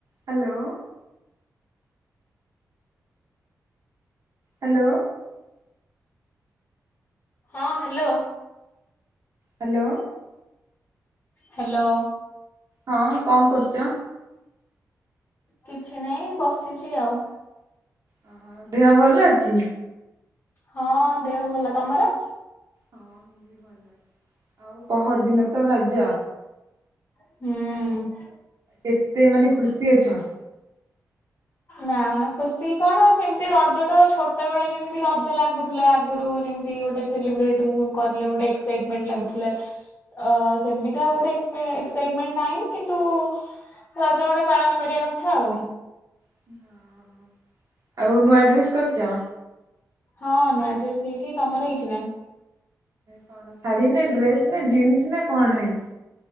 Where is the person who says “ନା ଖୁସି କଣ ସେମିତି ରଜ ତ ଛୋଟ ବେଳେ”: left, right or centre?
Left